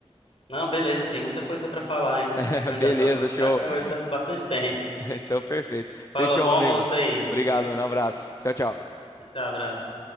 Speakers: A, on the left (about 55°); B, on the left (about 30°).
A: Não, beleza, tem muita coisa pra falar ainda,
B: <laughs>
A: cara. <laughs>
B: Beleza,
A: Dá pra
B: show.
A: ficar conversando
B: <laughs>
A: bastante tempo.
B: Então, perfeito.
A: Fala,
B: Fechou,
A: bom almoço
B: meu amigo.
A: aí.
B: Obrigado, um abraço. Tchau, tchau.
A: Tchau, abraço.